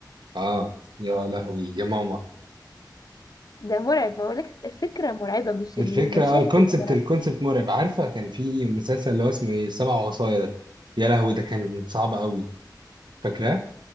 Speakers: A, on the right; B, on the left.
A: اه يا لهوي يا ماما
B: ده مرعب ما اقولك الفكرة مرعبة مش
A: الفكرة
B: المشاهد
A: اه الكونسبت
B: اللي مرعبة
A: الكونسبت مرعب عارفة كان في مسلسل اللي هو اسمه ايه السبع وصايا ده يا لهوي ده كان صعب قوي فاكراه